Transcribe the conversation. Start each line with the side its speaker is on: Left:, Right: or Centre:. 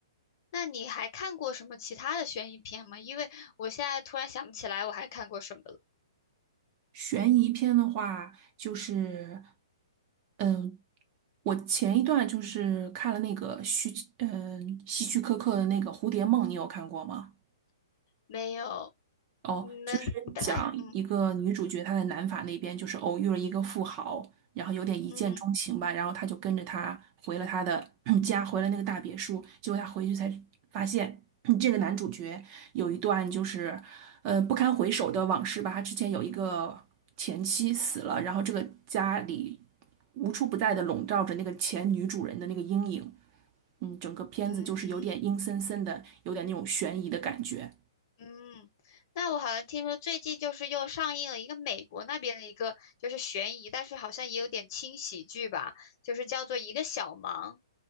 Left: 那你还看过什么其他的悬疑片吗？因为我现在突然想不起来我还看过什么了。
Right: 悬疑片的话，就是，嗯，我前一段就是看了那个希，嗯，希区柯克的那个《蝴蝶梦》，你有看过吗？
Left: 没有，
Right: 哦，
Left: 那大嗯
Right: 就是讲一个女主角，她在南法那边就是偶遇了一个富豪，然后有点一见钟情吧，
Left: 嗯
Right: 然后她就跟着他回了他的 <clears throat> 家，回了那个大别墅。结果他回去才发现，<clears throat> 这个男主角有一段就是，呃，不堪回首的往事吧。他之前有一个前妻死了，然后这个家里无处不在的笼罩着那个前女主人的那个阴影。嗯，整个片子就是有点阴森森的，
Left: 嗯，
Right: 有点那种悬疑的感觉。
Left: 嗯，那我好像听说最近就是又上映了一个美国那边的一个就是悬疑，但是好像也有点轻喜剧吧，就是叫做《一个小忙》，